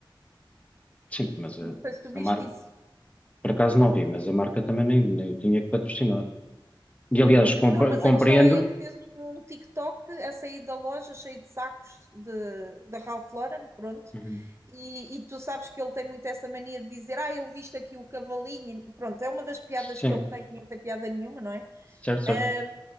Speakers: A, on the left (about 15°); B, on the right (about 30°).
A: Sim, mas
B: Não
A: a,
B: sei se tu viste
A: a marca,
B: isso.
A: por acaso não vi, mas a marca também nem, nem eu tinha que patrocinar. E aliás, compre-
B: Não, mas
A: compreendo.
B: a questão é, ele fez um um TikTok a sair da loja cheio de sacos de, da Ralph Lauren, pronto.
A: Uhum.
B: E, e tu sabes que ele tem muito essa mania de dizer, ah, eu visto aqui o cavalinho. Pronto, é uma das piadas
A: Sim,
B: que ele tem, que não tem piada nenhuma, não é?
A: certo, certo.
B: Ah,